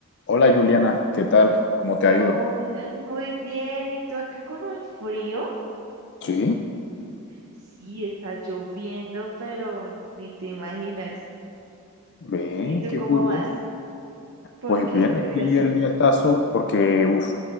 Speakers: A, on the left; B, on the right.
A: Hola Juliana, ¿qué tal? ¿Cómo te ha
B: Hola,
A: ido?
B: muy bien. ¿Y tú acá con un frío?
A: Sí,
B: Sí, está lloviendo, pero ni te imaginas.
A: ve,
B: ¿Y tú
A: qué
B: cómo
A: curioso.
B: vas? ¿Por
A: Pues
B: qué
A: bien,
B: es
A: aquí
B: curioso?
A: el diestazo, porque uf,